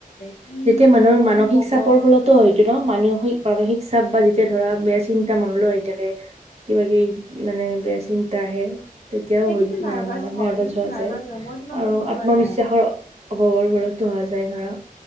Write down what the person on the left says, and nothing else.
কি
মানে
কি কব
সেইটোতো
হয়
সেইটোতো
নাৰ্ভাচ
হয় মই তোমাক
সেইটো
কোৱা নাই